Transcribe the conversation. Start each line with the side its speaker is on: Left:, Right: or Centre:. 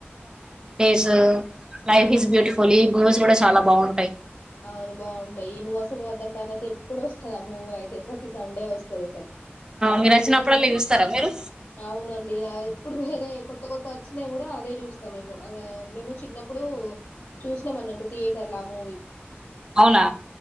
Right: స్సలు లైఫ్ ఇస్ బ్యూటిఫుల్ ఈ బూస్ కూడా చాలా బాగుంటాయి
Left: అవును బాగుంటాయి నువ్వు వసలు వద్దంటే అన అయితే ఎప్పుడు వస్తుంది మూవీ అయితే ప్రతి సండే వస్తుంది అసలు ఆ
Right: మీరు
Left: మూవీ
Right: వచ్చినప్పుడల్లా
Left: అయితే నిను
Right: చూస్తారా మీరు
Left: అవునండి ఆ ఎప్పుడు పో అదే కొత్త కొత్త వచ్చినాయి కూడా అదే చూస్తాం మేమో మేము చిన్నప్పుడు చూసాం అన్నట్టు థియేటర్ల ఆ మూవీ
Right: అవునా